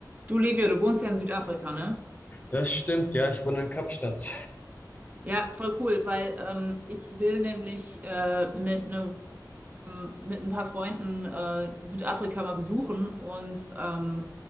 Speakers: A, on the right; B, on the left.
A: Du, Livio, du wohnst ja in Südafrika, ne?
B: Das stimmt, ja, ich wohne in Kapstadt.
A: Ja, voll cool, weil ähm, ich will nämlich äh, mit einem mit ein paar Freunden äh, Südafrika mal besuchen und ähm,